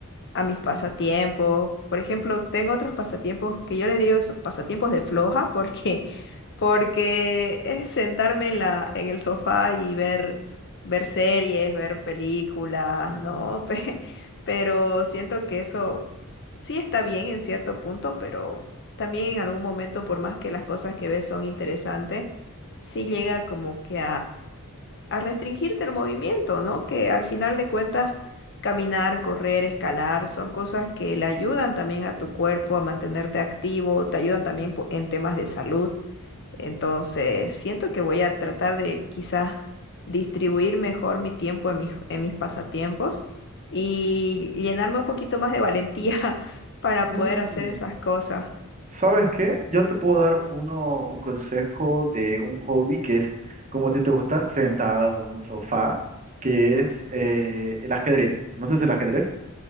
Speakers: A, on the left (about 55°); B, on the right (about 35°).
A: a mis pasatiempos. Por ejemplo, tengo otros pasatiempos que yo les digo so- pasatiempos de floja porque <laughs> porque es sentarme en la en el sofá y ver ver series, ver películas, ¿no? <laughs> Pe- Pero siento que eso sí está bien en cierto punto, pero también en algún momento por más que las cosas que ves son interesantes, sí llega como que a restringirte el movimiento, ¿no? Que al final de cuentas, caminar, correr, escalar, son cosas que le ayudan también a tu cuerpo a mantenerte activo, te ayudan también po- en temas de salud. Entonces, siento que voy a tratar de quizás distribuir mejor mi tiempo en mis, en mis pasatiempos y llenarme un poquito más de valentía <laughs> para
B: Mm,
A: poder hacer esas cosas.
B: ¿Sabes qué? Yo te puedo dar uno, un consejo de un hobby que es, como a ti te gusta, sentado en un sofá, que es eh, el ajedrez. ¿Conoces el ajedrez?